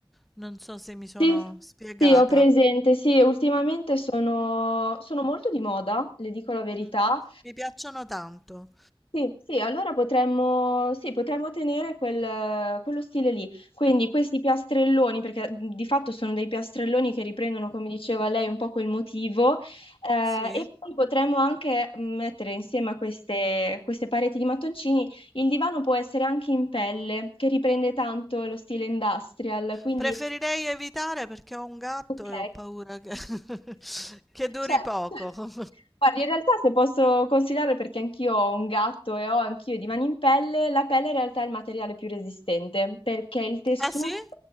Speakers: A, in the centre; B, on the left.
A: Non so se mi sono
B: Sì,
A: spiegata.
B: sì, ho presente. Sì, ultimamente sono, sono molto di moda, le dico la verità.
A: Mm. Mi piacciono tanto.
B: Sì, sì, allora potremmo, sì, potremmo tenere quel- quello stile lì. Quindi questi piastrelloni, perché di fatto sono dei piastrelloni che riprendono, come diceva lei, un po' quel motivo, eh,
A: Sì.
B: e poi potremmo anche mettere insieme a queste, queste pareti di mattoncini, il divano può essere anche in pelle, che riprende tanto lo stile industrial, quindi
A: Preferirei evitare perché ho un gatto
B: ok.
A: e ho paura che, <laughs> che duri
B: Certo,
A: poco.
B: certo.
A: <laughs>
B: Guardi, in realtà se posso considerare, perché anch'io ho un gatto e ho anch'io i divani in pelle, la pelle in realtà è il materiale più resistente, perché il tessuto,
A: Ah sì? Eh,